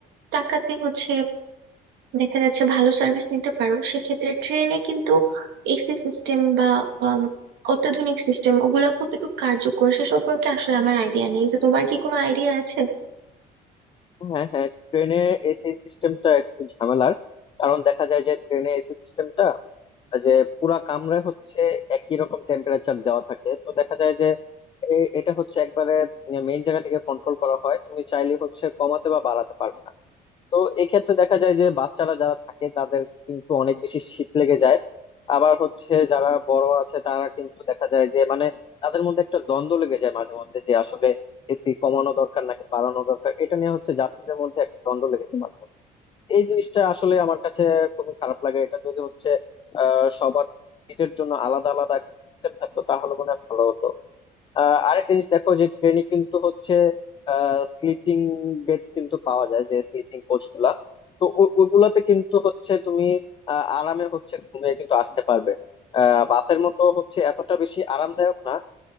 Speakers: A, on the right; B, on the left.
A: টাকাতে হচ্ছে দেখা যাচ্ছে ভালো সার্ভিস নিতে পারো সেক্ষেত্রে ট্রেনে কিন্তু এসি সিস্টেম বা আম, অত্যাধুনিক সিস্টেম ওগুলা কতটুকু কার্যকর সে সম্পর্কে আসলে আমার আইডিয়া নেই তো তোমার কি কোনো আইডিয়া আছে
B: হ্যাঁ হ্যাঁ ট্রেনে এসি সিস্টেমটা একটু ঝামেলার কারণ দেখা যায় যে ট্রেনে এসি সিস্টেমটা যে পুরা কামরায় হচ্ছে একই রকম টেম্পারেচার দেওয়া থাকে তো দেখা যায় যে এ- এটা হচ্ছে একবারে মেইন জায়গা থেকে কন্ট্রোল করা হয় তুমি চাইলে হচ্ছে কমাতে বা বাড়াতে পারবে না তো এক্ষেত্রে দেখা যায় যে বাচ্চারা যারা থাকে তাদের কিন্তু অনেক বেশি শীত লেগে যায় আবার হচ্ছে যারা বড় আছে তারা কিন্তু দেখা যায় যে মানে তাদের মধ্যে একটা দ্বন্দ্ব লেগে যায় মাঝে মধ্যে যে আসলে এসি কমানো দরকার নাকি বাড়ানো দরকার এটা নিয়ে হচ্ছে যাত্রীদের মধ্যে একটা দ্বন্দ্ব লেগে যায় মাঝে মধ্যে এই জিনিসটা আসলে আমার কাছে খুবই খারাপ লাগে এটা যদি হচ্ছে আহ সবার সিটের জন্য আলাদা আলাদা একটা সিস্টেম থাকতো তাহলে মনে হয় ভালো হতো আহ, আরেকটা জিনিস দেখো যে ট্রেনে কিন্তু হচ্ছে স্লিপিং বেড কিন্তু পাওয়া যায় যে স্লিপিং কোচ গুলা তো ও- ওগুলাতে কিন্তু হচ্ছে তুমি আহ, আরামে হচ্ছে ঘুমিয়ে কিন্তু আসতে পারবে আহ, বাসের মতো হচ্ছে এতটা বেশি আরামদায়ক না